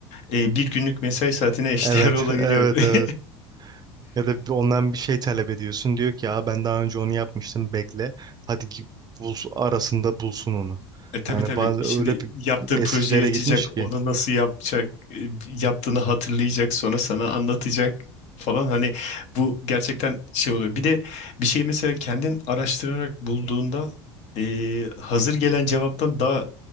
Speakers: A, on the left; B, on the right.
A: e, bir günlük mesai saatine eşdeğer
B: Evet
A: olabiliyor.
B: <laughs> evet
A: <laughs>
B: evet. Ya da bir- ondan bir şey talep ediyorsun. Diyor ki ya ben daha önce onu yapmıştım bekle. Hadi ki bulsun, arasında bulsun onu.
A: E tabii
B: Yani
A: tabii.
B: bazı
A: Şimdi
B: öyle bir
A: yaptığı
B: eskilere
A: projeyi açacak,
B: gitmiş ki.
A: onu nasıl yapacak, e, yaptığını hatırlayacak, sonra sana anlatacak falan. Hani bu gerçekten şey oluyor. Bir de bir şeyi mesela kendin araştırarak bulduğunda e, hazır gelen cevaptan daha